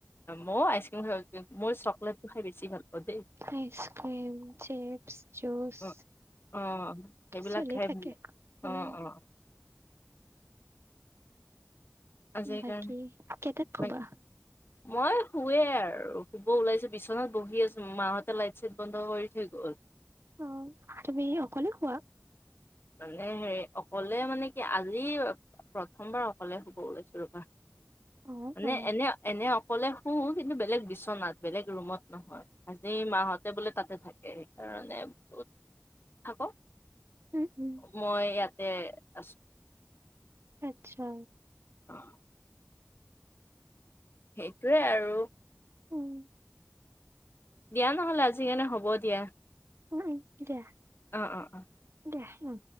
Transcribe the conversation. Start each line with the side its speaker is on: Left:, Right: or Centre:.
Left: মই আইচক্ৰীম খাই মোৰ চকলেতটো খাই বেছি ভাল পাওঁ দেই।
Right: আইচক্ৰীম, চিপছ, জুচ
Left: অ', অ', সেইবিলাক
Right: চলি
Left: খাই
Right: থাকে
Left: <unintelligible>
Right: উম
Left: অ', অ'। আজি
Right: বাকী
Left: কাৰণে
Right: কেইটাত
Left: <unintelligible>
Right: <inaudible>
Left: মই শুৱে আৰু শুব ওলাইছোঁ বিচনাত বহি আছোঁ, মাৰ হঁতে লাইট চাইট বন্ধ কৰি থৈ গ'ল।
Right: অ', তুমি অকলে শুৱা?
Left: মানে হেৰি অকলে মানে কি আজি প্ৰথমবাৰ অকলে শুব ওলাইছোঁ ৰ'বা।
Right: অ
Left: মানে
Right: অ
Left: এনে, এনে অক অকলে শুঁ কিন্তু বেলেগ বিচনাত, বেলেগ ৰুমত নহয়। আজি মাহতে বোলে তাতে থাক। সেইকাৰণে বহুত থাক
Right: উম, উম।
Left: মই ইয়াতে আছোঁ।
Right: আচ্ছা।
Left: <unintelligible> সেইটোৱে আৰু।
Right: উম।
Left: দিয়া নহ'লে আজি কেনে হ'ব দিয়া।
Right: <unintelligible>
Left: অ', অ', অ'।
Right: দিয়া, উম।